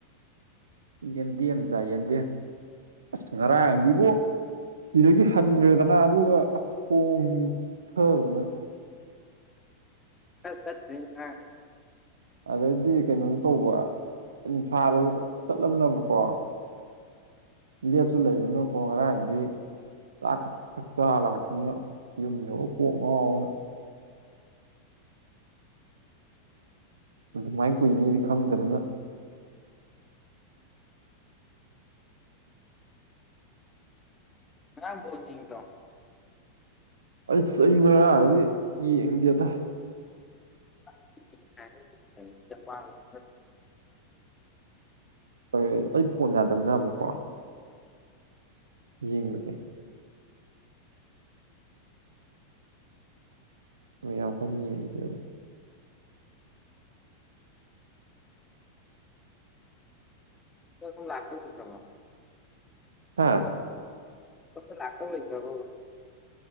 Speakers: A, on the right; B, on the left.
A: ꯌꯦꯟꯗꯦꯝ ꯆꯥꯢꯌꯦ ꯌꯦꯟꯗꯦꯝ ꯑꯁ ꯉꯔꯥꯡꯗꯤꯕꯣ ꯁꯤꯗꯒꯤ ꯍꯟꯈ꯭ꯔꯦꯗꯅ ꯑꯗꯨꯒ ꯑꯁ ꯈꯣꯡ ꯆꯤꯛꯊꯗꯅ
B: ꯑ ꯈ ꯆꯠ <unintelligible>
A: ꯑꯗꯩꯗꯤ ꯀꯩꯅꯣꯁꯨ ꯇꯧꯕ ꯅꯨꯡꯁꯥꯗꯁꯨ ꯀꯣꯢꯆꯠ ꯆꯠꯂꯝꯅꯤꯅꯥꯀꯣ ꯗꯦꯠꯁꯨ ꯂꯩꯕ ꯅꯤꯅꯥ ꯀꯣ ꯉꯔꯥꯡꯗꯤ ꯆꯥꯛꯒ ꯒꯔ ꯆꯥꯔꯒ ꯂꯥꯛꯄꯅꯤꯅ ꯑꯁ ꯌꯨꯝꯗ ꯀꯣꯡ ꯉꯥꯎꯗꯅ ꯑꯗꯨꯃꯥꯏꯅ ꯀꯨꯏꯅꯤꯗꯤ ꯈꯪꯗꯕꯅꯤꯅ
B: ꯉꯔꯥꯡ ꯕꯣꯜ ꯌꯦꯡꯗꯔꯣ
A: ꯑꯩꯁ ꯑꯩ ꯉꯔꯥꯡꯗꯤ ꯌꯦꯡꯗꯦꯗ
B: <unintelligible>
A: ꯑꯩ ꯐꯣꯟ ꯌꯥꯗꯕꯅꯤꯅꯀꯣ ꯌꯦꯡꯕꯁꯦ ꯍꯣꯢ ꯌꯥꯝ ꯀꯟꯅ ꯌꯦꯡꯗꯦꯕ
B: ꯁꯣꯝꯗꯥ ꯂꯛꯇꯧ ꯂꯩꯇ꯭ꯔꯕꯣ
A: ꯍꯥꯥ
B: ꯁꯣꯝꯗꯥ ꯂꯥꯛꯇꯧ ꯂꯩꯇ꯭ꯔꯕꯣꯕ